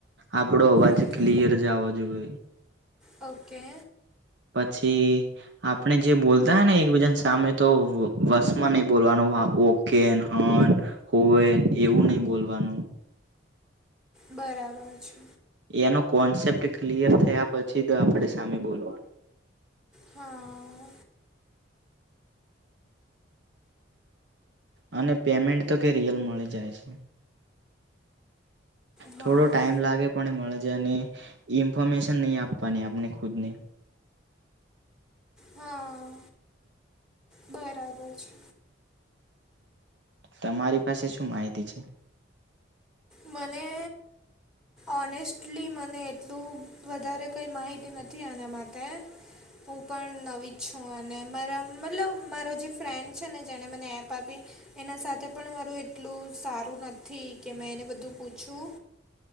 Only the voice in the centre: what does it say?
ઓકે
ઓકે.
બરાબર છે.
હા
હા
હા બરાબર છે.
મને, ઓનેસ્ટલી મને એટલું વધારે કંઈ માહિતી આના માટે,
હું પણ નવી, છું. અને મારા મતલબ મારો જે ફ્રેન્ડ છે. ને જેને મને એપ આપી, એના સાથે પણ મારું એટલું સારું નથી. કે મેં એને બધું, પૂછું.